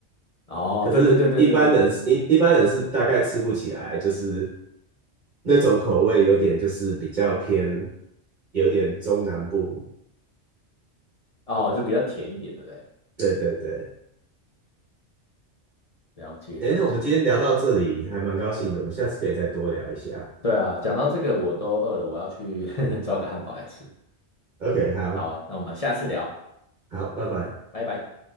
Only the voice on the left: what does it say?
哦，
对对对对对对对，
哦，就比较甜一点，对不对？
了解了解，
对啊，讲到这个我都饿了，我要去 <laughs> 抓个汉堡来吃。
好啊，那我们下次聊，
拜拜。